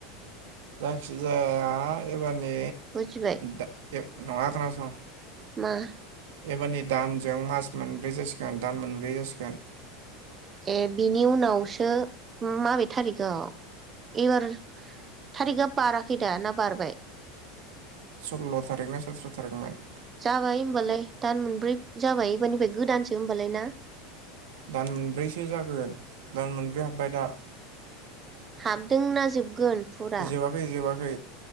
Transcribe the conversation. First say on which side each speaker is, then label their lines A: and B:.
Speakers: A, on the right (about 80°); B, on the right (about 20°).
A: जायखिजाया। एबारनि
B: बुजिबाय
A: दा नङा खोनासं।
B: मा
A: एबारनि दानजों मास मोनब्रै जासिगोन दान मोनब्रै जासिगोन।
B: ए बिनि उनावसो माबे थारिखआव एबार थारिकआ बाराखै दा ना बारबाय?
A: सल्ल' थारिख ना सथ्र' थारिकमोन।
B: जाबाय होमबालाय दान मोनब्रै जाबाय एबारनिफ्राय गोदानसो होमबालाय ना?
A: दान मोनब्रैसो जागोन दान मोनब्रै हाबबाय दा।
B: हाबदों ना जोबगोन? फुरा
A: जोबाखै जोबाखै